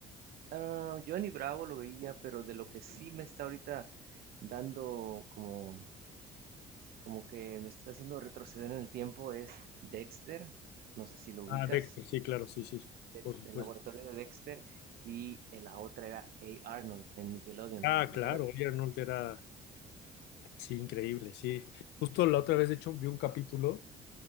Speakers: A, on the right; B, on the left.
A: ah, Johnny Bravo lo veía, pero de lo que sí me está ahorita dando como, como que me está haciendo retroceder en el tiempo es Dexter. No sé si lo ubicas,
B: Ah, Dexter, sí, claro, sí, sí,
A: Dex-
B: por supuesto.
A: el laboratorio de Dexter. Y eh, la otra era A. Arnold en Nickelodeon.
B: Ah,
A: ¿Te
B: claro,
A: acuerdas?
B: Oye Arnold era, sí, increíble, sí. Justo la otra vez, de hecho, vi un capítulo